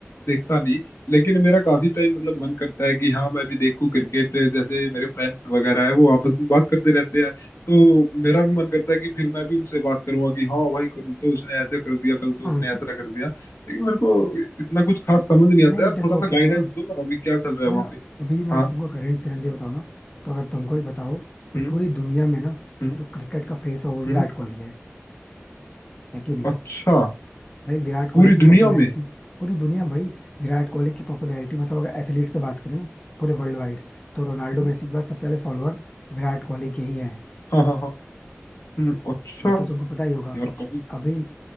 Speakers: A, on the left; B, on the left.
A: देखता नहीं लेकिन मेरा काफी टाइम मतलब मन करता है कि हाँ मैं भी देखूं क्रिकेट जैसे मेरे फ्रेंड्स वगैरह है वो आपस में बात करते रहते हैं तो मेरा भी मन करता है कि फिर मैं भी उनसे बात करूंगा कि हाँ भाई कल तो उसने ऐसे कर दिया कल तो
B: <laughs>
A: उसने
B: हाँ।
A: ऐसा कर दिया लेकिन मेरे को इतना कुछ खास समझ नहीं
B: नहीं
A: आता यार
B: देखो
A: थोड़ा सा
B: क्या
A: गाइडेंस
B: है ना
A: दो ना अभी क्या चल रहा है
B: मैं
A: वहाँ पे
B: अभी मैं
A: हाँ
B: तुमको करंट सिनेरियो बताऊँ ना तो अगर तुमको ही बताओ तो
A: हम्म
B: पूरी दुनिया में ना
A: हम्म
B: जो क्रिकेट का फेस है वो विराट
A: हम्म
B: कोहली है है कि नहीं
A: अच्छा
B: भाई विराट कोहली
A: पूरी
B: की
A: दुनिया
B: पॉपुलैरिटी
A: में
B: पूरी दुनिया में भाई विराट कोहली की पॉपुलैरिटी मतलब अगर एथलीट से बात करें ना पूरे वर्ल्ड वाइड तो रोनाल्डो
A: हम्म,
B: मेसी के बाद सबसे ज्यादा फॉलोअर विराट कोहली के ही हैं
A: हाँ हाँ हाँ हम्म अच्छा
B: ये तो तुमको पता ही होगा
A: यार काफी
B: अभी